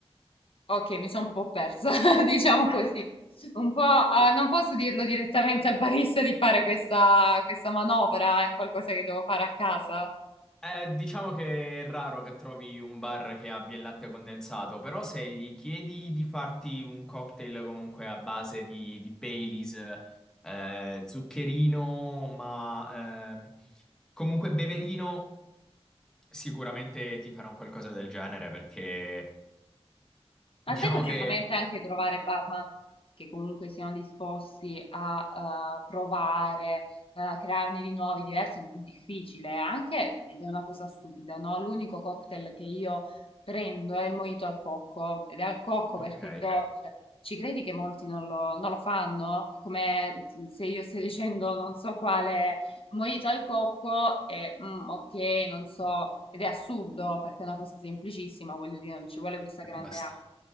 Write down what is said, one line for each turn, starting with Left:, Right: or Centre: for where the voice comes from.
Left: ok, mi sono un po' persa, <laughs> diciamo così. Un po', ah, non posso dirlo direttamente al barista di fare questa, questa manovra, è un qualcosa che devo fare a casa.
Centre: Eh, diciamo che è raro che trovi un bar che abbia il latte condensato, però se gli chiedi di farti un cocktail comunque a base di, di Baileys, eh, zuccherino, ma ehm, comunque beverino, sicuramente ti farà un qualcosa del genere perché
Left: Ma
Centre: diciamo
Left: sai che ultimamente
Centre: che...
Left: anche trovare barman che comunque siano disposti a eh, provare, eh, a crearne di nuovi, diversi, è un po' difficile, eh, anche, ed è una cosa stupida, no? L'unico cocktail che io prendo è il mojito al cocco, ed è al cocco
Centre: Ok,
Left: perché è Ok. dolce. Ci credi che molti non lo, non lo fanno? Come mm, se io stia dicendo non so quale mojito al cocco e mm, ok, non so, ed è assurdo perché è una cosa semplicissima, voglio dire, non ci vuole questa grande
Centre: basta,
Left: arte.